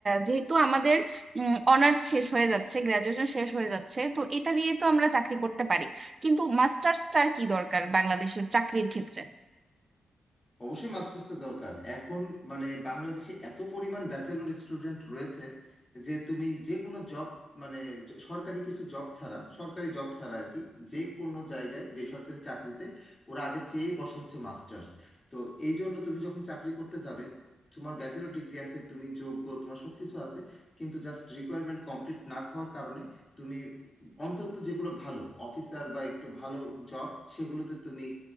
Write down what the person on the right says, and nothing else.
যেহেতু আমাদের অনার্স শেষ হয়ে যাচ্ছে গ্রাজুয়েশন শেষ হয়ে যাচ্ছে তো এটা দিয়ে তো আমরা চাকরি করতে পারি কিন্তু মাস্টার্সটার কি দরকার বাংলাদেশের চাকরির ক্ষেত্রে